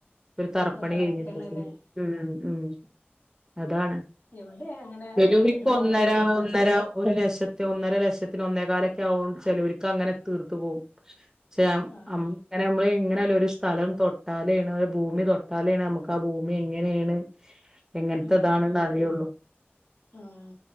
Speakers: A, on the right; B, on the left.
A: ഒരു തറപ്പണി
B: തറക്കന്നല്ലേ
A: കഴിഞ്ഞിട്ടത് ഉം ഉം. അതാണ്
B: ഇവിടെ അങ്ങനെ
A: സലുവിക്കൊന്നര
B: ഒരുപാട് പൈസ
A: ഒന്നര ഒരു ലക്ഷത്ത് ഒന്നര ലക്ഷത്തിന് ഒന്നേ കാലൊക്കെ ആവും ചേലോർക്ക് അങ്ങനെ തീർത്ത് പോവും. ചേമ്
B: ആഹ്
A: അം ങ്ങനമ്മൾ ഇങ്ങനയാലൊരു ഒരു സ്ഥലം തൊട്ടാലെണ് ഒരു ഭൂമി തൊട്ടാലെണ് നമ്മക്ക് ആ ഭൂമി എങ്ങനെണ്. എങ്ങൻതതാണ്ന്നറിള്ളു.
B: ഉം ഉം ആഹ്